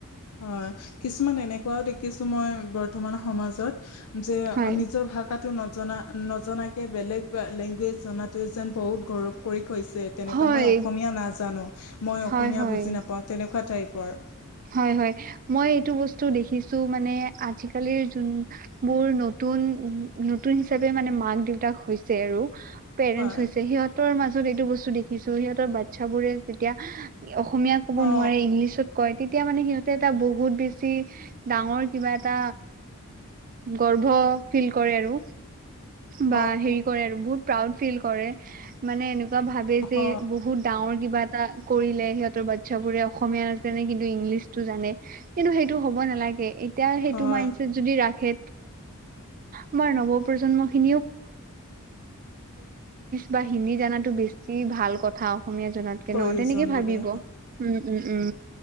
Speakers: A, on the left (about 80°); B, on the right (about 40°).
A: হয় কিছুমান এনেকুৱাও দেখিছো মই বৰ্তমান সমাজত যে
B: হয়
A: নিজ ভাগত নজনা নজনাকে বেলেগ লেংগুৱেজ জনাাতোৱে যেন বহুত গৌৰৱ কৰি হৈছে তেনেকুৱা
B: হয়
A: মই অসমীয়া নাজানো মই
B: হয়
A: অসমীয়া
B: হয়
A: বুজি নাপাও তেনেকুৱা টাইপৰ
B: হয় হয় মই এইটো বস্তু দেখিছো মানে আজিকালিৰ যোন মোৰ নতুন উ নতুন হিচাপে মানে মাক দেউতাক হৈছে আৰু পেৰেন্চ
A: হয়
B: হৈছে সিহতৰ মাজত এইটো বস্তু দেখিছো সিহঁতৰ বাচ্ছাবোৰে যেতিয়া অসমীয়া ক'ব
A: অ
B: নোৱাৰে ইংলিছত কয় তেতিয়া মানে সিহঁতে এটা বহুত বেছি ডাঙৰ কিবা এটা গৰ্ভ ফিল কৰে আৰু বা
A: অ
B: হেৰি কৰে আৰু বহুত প্ৰাউড ফিল কৰে মানে এনে বা ভাবে যে
A: হয়
B: বহুত ডাঙৰ কিবা এটা কৰিলে সিহঁতৰ বাচ্ছ বোৰে অসমীয়া নাছে নে কিন্তু ইংলিছটো জানে কিন্তু সেইটো হ'ব নালাগে এতিয়া সেইটো
A: হয়
B: মাইডছেট যদি ৰাখে আমাৰ নজন্ খি ভ হিন্দী জানাতো বেছি ভাল কথা অসমীয়া জনাতকে
A: প্ৰয়োজন
B: ন তেনেকে ভাবিব
A: বুলি
B: উম উম উম